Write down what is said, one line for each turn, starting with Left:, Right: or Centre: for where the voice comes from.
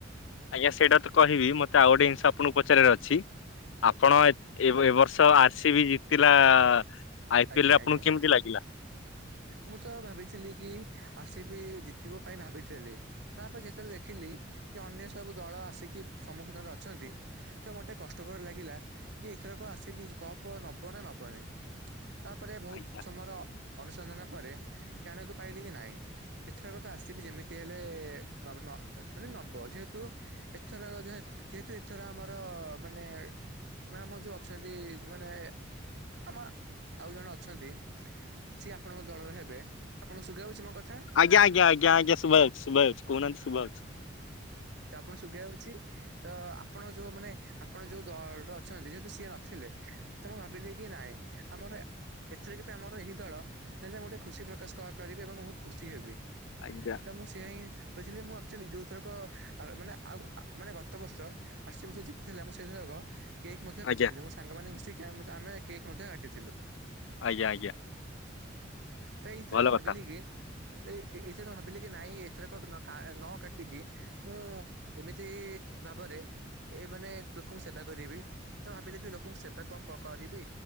Left: ଆଜ୍ଞା ସେଇଟା ତ କହିବି ମତେ ଆଉ ଗୋଟେ ଜିନିଷ ଆପଣଙ୍କୁ ପଚାରିବାର ଅଛି? ଆପଣ ଏ ଏ ବର୍ଷ ଆର ସି ବି ଜିତିଲା ଆଇ ପିଏଲ
Right: ଆଜ୍ଞା
Left: ରେ ଆପଣଙ୍କୁ
Right: ଆଜ୍ଞା।
Left: କେମିତି ଲାଗିଲା?
Right: ମୁଁ ତ ଭାବିଥିଲି କି ଆର୍ ସି ବି ଜିତିବ ପାଇଁ ଭାବିଥିଲି ତାପରେ ଯେତେବେଳେ ଦେଖିଲି କି ଅନ୍ୟ ସବୁ ଦଳ ଆସିକି ସମ୍ମୁଖୀନ ରେ ଅଛନ୍ତି ତ ମୋତେ କଷ୍ଟକର ଲାଗିଲା କି ଏଥରକ ଆସିବି କପ ନବ ନା ନବ ନାହିଁ ତାପରେ ବହୁତ
Left: ଆଜ୍ଞା
Right: ସମୟର ଅନୁସନ୍ଧାନ ପରେ ଜାଣିବାକୁ ପାଇଲି କି ନାହିଁ ଏଥରକ ତ ଆର ସିବି ଯେମିତି ହେଲେ ନ ମାନେ ନବ ଯେହେତୁ ଏଥର ଯ ଯେହେତୁ ଏଥର ଆମର ମାନେ ମା ଆମର ଯୋଉ ଅଛନ୍ତି ମାନେ ଆମ ଆଉ ଜଣେ ଅଛନ୍ତି ସିଏ ଆପଣଙ୍କ ଦଳରେ ହେବେ ଆପଣଙ୍କୁ ସୁୁାଭଜାଉଛି ମୋ କ
Left: ଆଜ୍ଞା ଆଜ୍ଞା ଆଜ୍ଞା ଆଜ୍ଞା ଶୁଭା ଯାଉଛି ଶୁଭା ଯାଉଛି କହୁନାହାନ୍ତି ଶୁଭା ଯାଉଛି।
Right: ତ ଆପଣ ଶୁଗା ଯାଉଛି। ତ ଆପଣ ଯୋଉ ମାନେ ଆପଣ ଯୋଉ ଦଳରେ ଅଛନ୍ତି ଯେହେତୁ ସିଏ ନଥିଲେ ତ ମୁଁ ଭାବିଲି କି ନାଇଁ ଆମର ଏଥିରେ କି ବି ଆମର ଏହି ଦଳ ନହେଲେ ମୁଁ ଗୋଟେ ଖୁସି ପ୍ରକାଶ କରିବି ଏବଂ ବହୁତ ଖୁସି ହେବି
Left: ଆଜ୍ଞା
Right: ତ ମୁଁ ସେୟା ହିଁ ବୁଝିଲି ମୁଁ ଆକ୍ଚୁଆଲି ଯୋଉ ଥରକ ଆ ମାନେ ଆଉ ମାନେ ଗତ ବର୍ଷ ଆର‌ ସି ବି ଯୋଉ ଜିତିଥିଲା ମୁଁ ସେଇ ଥରକ କେକ୍ ମଧ୍ୟ କାଟିଥିଲି
Left: ଆଜ୍ଞା
Right: ମେ ସାଙ୍ଗମାନେ ମିଶିକି ଆମେ କେକ୍ ମଧ୍ୟ କାଟିଥିଲୁ
Left: ଆଜ୍ଞା ଆଜ୍ଞା।
Right: ତ ଏଇଥରେ
Left: ଭଲ
Right: କ ଭାବିଲି
Left: କଥା
Right: କି ତ ଏଇଥର କ ଭାବିଲେ କି ନାଇଁ ଏଥରକ ନ କାଟିକି ମୁଁ ଏମିତି ଭାବରେ ଏ ମାନେ ଲୋକଙ୍କୁ ସେବା କରିବି ତ ଭାବିଲି କି ଲୋକଙ୍କୁ ସେବା କଣ କରିବି